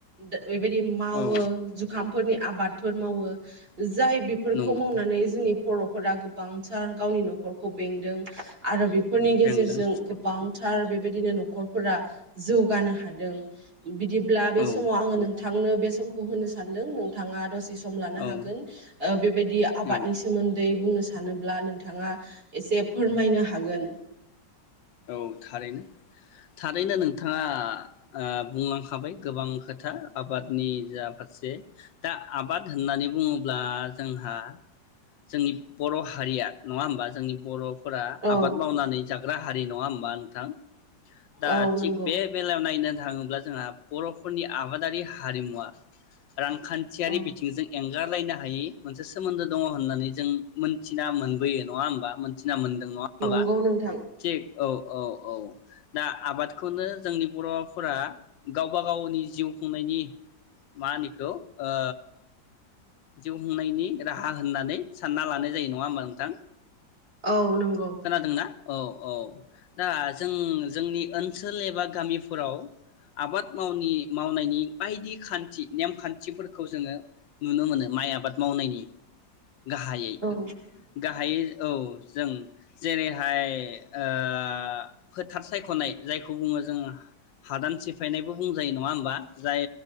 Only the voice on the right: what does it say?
दा बेैबायदि मावो
जुखाम फोरनि आबादफोर मावो जो जाय बेफोरखौ
मावनानै जोंनि बर'फोरा गोबांथार गावनि नखरखौ बेंदों आरो बेफोर। फोरनि गेजेरजों
गोबांथार। आरो बेबायदिनो नखरफोरा जौगानो हाद हादों बिदि अब्ला बे
समाव आङो नों। नोंथांनो बे समखौ होनो सानदों नोंथाङा दसे सम। सम लानो
हागोन बेबायदि आबादनि
सोमोनद उदै बुंनो सानोब्ला नोंथाङा एसे फोरमायनो हागोन।
औ
औ नंगौ
औ
नंगौ नोंथां
औ। नंगौ
औ